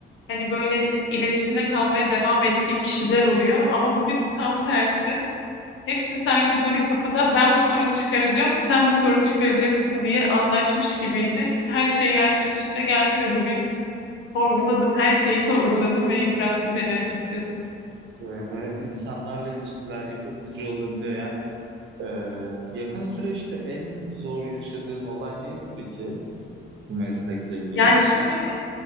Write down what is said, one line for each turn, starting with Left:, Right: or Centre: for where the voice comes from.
Left: hani böyle iletişimde kalmaya devam ettiğim kişiler oluyor. Ama bugün tam tersi. Hepsi sanki böyle kapıda ben bu sorunu çıkaracağım, sen bu sorunu çıkaracaksın diye anlaşmış gibiydi. Her şey yani üst üste geldi ve bugün sorguladım, her şeyi <laughs> sorguladım ve yıprattı beni açıkçası.
Right: Evet, Evet, insanlarla ilişkiler yıpratıcı olabiliyor. Yani e, yakın süreçte en zor yaşadığın olay neydi peki bu meslekle ilgili?
Left: Yani şöyle